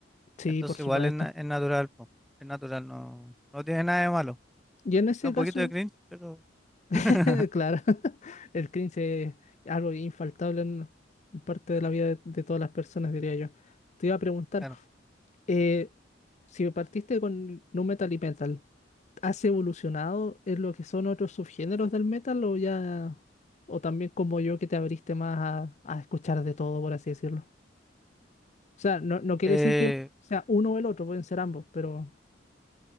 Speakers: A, on the left; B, in the centre.
A: Sí,
B: Entonces
A: por supuesto.
B: igual es, na- es natural, po, es natural, no, no tiene nada de malo.
A: Y en ese
B: Da un
A: caso,
B: poquito de cringe, pero
A: <laughs>
B: <laughs>
A: claro, <laughs> el cringe es algo infaltable en parte de la vida de, de todas las personas, diría yo. Te iba a preguntar,
B: claro.
A: eh, si partiste con nu metal y metal, ¿has evolucionado en lo que son otros subgéneros del metal o ya, o también como yo que te abriste más a, a escuchar de todo, por así decirlo? O sea, no, no quiere
B: Eh,
A: decir que sea uno o el otro, pueden ser ambos, pero